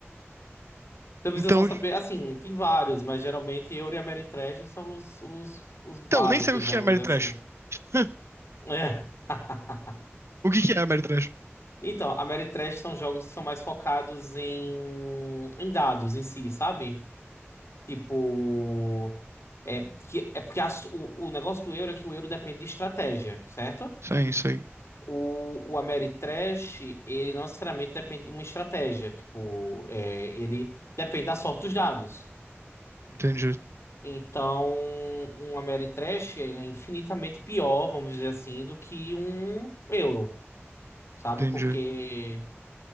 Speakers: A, on the left; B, on the right.
A: Então precisa
B: Então,
A: só saber, assim, tem vários, mas geralmente eu e a Mary Trash são os, os, os básicos,
B: então nem sei o que
A: né?
B: é
A: Vamos
B: Ameritrash.
A: dizer assim.
B: <laughs>
A: É. <laughs>
B: O que que é Ameritrash?
A: Então, a Mary Trash são jogos que são mais focados em, em dados em si, sabe? Tipo, é, que, é porque a su- o, o negócio do euro é que o euro depende de estratégia, certo?
B: Sim, sim.
A: O, o Ameritrash, ele não necessariamente depende de uma estratégia. Tipo, é, ele depende da sorte dos dados.
B: Entendi,
A: Então, um Ameritrash, ele é infinitamente pior, vamos dizer assim, do que um euro, sabe?
B: entendi.
A: Porque